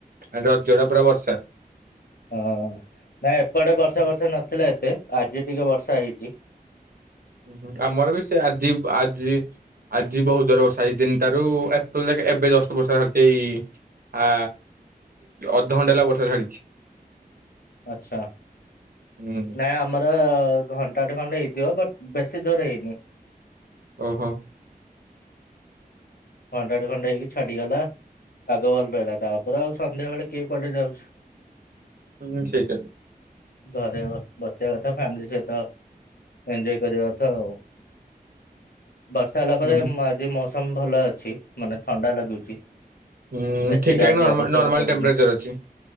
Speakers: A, on the right; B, on the left.
A: ଆ ରଜ ଟା ପୁରା ବର୍ଷାରେ।
B: ହଁ ନା ଏପଟେ ବର୍ଷା ବର୍ଷା ନଥିଲା ଏତେ ଆଜି ଟିକେ ବର୍ଷା ହେଇଚି। ହ
A: ହଁ ହୁଁ ଆମର ବି ସେ ଆଜି ଆଜି ଆଜି ବହୁତ ଜର ରେ ବର୍ଷା ହେଇଚି। ତିନଟାରୁ ଏତୋଳ ଯାକେ ଏବେ ଜଷ୍ଟ ବର୍ଷା ଛାଡ଼ିଚି ଏଇ ଆ ଅଧଘଣ୍ଟା ହେଲା ବର୍ଷା ଛାଡିଛି।
B: ଆଛା।
A: ହୁଁ
B: ନାଇଁ ଆମର ଘଣ୍ଟାଟେ ଖଣ୍ଡେ ହେଇଥିବ ବଟ୍ ବେଶୀ ଜୋରେ ହେଇନି।
A: ଓହୋ।
B: ଘଣ୍ଟାଟେ ଖଣ୍ଡେ ହେଇକି ଛାଡିଗଲା। ପାଗଭଲ ରହିଲା ତାପରେ ଆଉ ସନ୍ଧ୍ୟାବେଳେ କିଏ କୁଆଡେଯାଉଛି।
A: ହୁଁ ସେଇଟା।
B: ଘରେ ବସିବା କଥା ଫ୍ୟାମିଲି ସହିତ ଏଞୟ କରିବା କଥା ଆଉ। ବାସ୍। କଥା ହେଲାପରେ
A: ହୁଁ
B: ଆଜି ମୌସମ ଭଲ ଅଛି, ମାନେ ଥଣ୍ଡା ଲାଗୁଛି।
A: ହୁଁ
B: ଏସିରଆଜି
A: ଠିକ ଠାକ ନର୍ମା
B: ଆଵଶ୍ୟକ
A: ନର୍ମାଲ
B: ପଡ଼ୁନି।
A: ଟେମ୍ପରେଚର ଅଛି।